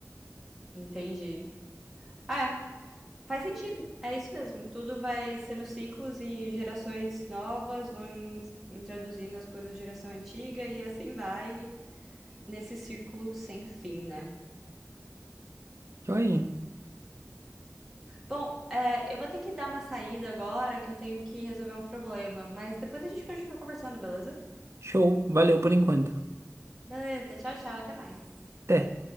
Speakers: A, in the centre; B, on the right (about 60°).
A: Entendi. É, faz sentido. É isso mesmo. Tudo vai sendo ciclos e gerações novas vão introduzindo as coisas da geração antiga e assim vai nesse círculo sem fim, né?
B: Joia.
A: Bom, é, eu vou ter que dar uma saída agora que eu tenho que resolver um problema, mas depois a gente continua conversando, beleza?
B: Show, valeu por enquanto.
A: Beleza, tchau, tchau, até mais.
B: Até.